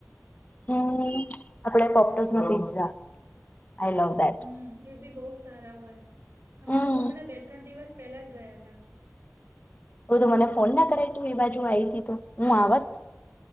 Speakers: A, on the left (about 30°); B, on the right (about 50°).
A: હમ્મ આપડે પોપટોઝ નો pizza I love that
B: hmm એ બી બહુ સારા હોય અમે
A: હમ્મ
B: લોકો હમણાં બે ત્રણ દિવસ પેલા જ ગયા હતા.
A: હ તો મને ફોન ના કરાય તું એ બાજુ આવી હતી તો હું આવત